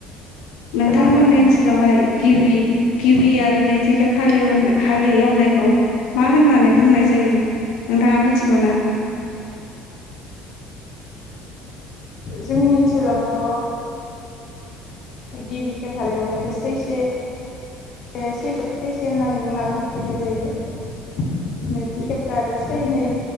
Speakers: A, on the left; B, on the left.
A: नोंथांमोननि
B: खोनादों नोंथां
A: ओनसोलावहाय गिबि गिबि आरो नैथि खेब हालेव हालि एवनायखौ मा होननानै बुंनाय जायो नोंथाङा मिथिगौ ना
B: जोंनि ओनसोलावथ गिबि खेब हालेवनायखौ सैसे बे सै सैसे होननानै बुंना मिथिनाय जायो नैथि खेबखो आरो सैनै